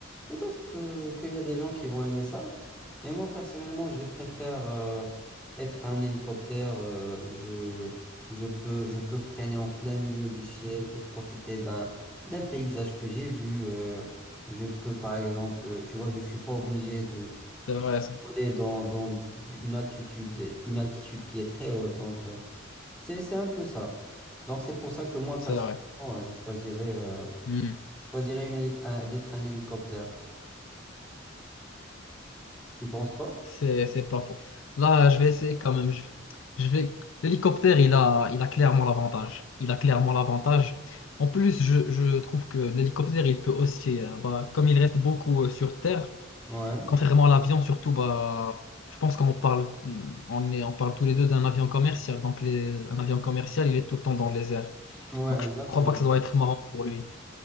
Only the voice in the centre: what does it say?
peut-être que, qu'il y a des gens qui vont aimer ça, mais moi personnellement, je préfère euh, être un hélicoptère, euh, je, je peux, je peux freiner en plein milieu du ciel et profiter d'un, d'un paysage que j'ai vu, euh, je peux par exemple, tu vois, je suis pas obligé
voler dans, dans du- une altitude, une altitude qui est très haute. Donc, euh, c'est, c'est un peu ça. Donc, c'est pour ça que moi,
personnellement,
euh, je choisirais, euh,
je choisirais une hélic- un- d'être un hélicoptère. Tu penses pas?
Ouais.
Ouais,
exactement.